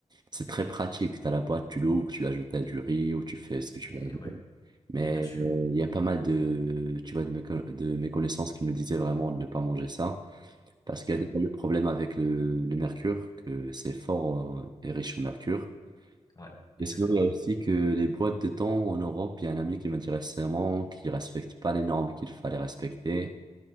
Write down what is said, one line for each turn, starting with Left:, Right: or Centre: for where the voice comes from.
Right: c'est très pratique. T'as la boîte, tu l'ouvres, tu l'ajoutes à du riz ou tu fais ce que tu
Left: Eh
Right: veux.
Left: ouais,
Right: Mais
Left: bien sûr.
Right: euh, il y a pas mal de, tu vois, de mes, co- de mes connaissances qui me disaient vraiment de ne pas manger ça, parce qu'il
Left: Ouais,
Right: y a des le problème avec le, le mercure, que c'est fort euh, et riche en mercure.
Left: ouais, exactement.
Right: Mais sinon, il y a aussi que les boîtes de thon en Europe, il y a un ami qui m'a dit récemment qu'il respecte pas les normes qu'il fallait respecter.